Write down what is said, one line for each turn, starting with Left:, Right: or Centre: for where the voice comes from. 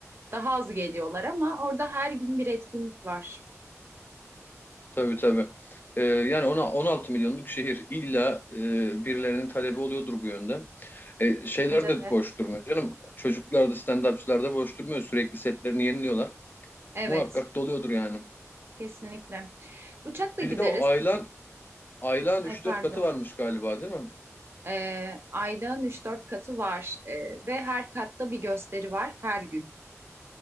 Right: daha az geliyorlar ama orada her gün bir etkinlik var.
Left: Tabii tabii. Ee, yani ona 16 milyonluk şehir illa e, birilerinin talebi oluyordur bu yönde. E, şeyler
Right: Bence
Left: de
Right: de.
Left: boş durmuyor canım. Çocuklar da stand-upçılar da boş durmuyor. Sürekli setlerini yeniliyorlar.
Right: Evet,
Left: Muhakkak doluyordur yani.
Right: kesinlikle. Uçakla
Left: Bir
Right: gideriz.
Left: de o Aylan, Aylan
Right: Ay
Left: 3-4
Right: pardon.
Left: katı varmış galiba değil mi?
Right: Ee, aylığın 3-4 katı var Ee, ve her katta bir gösteri var her gün.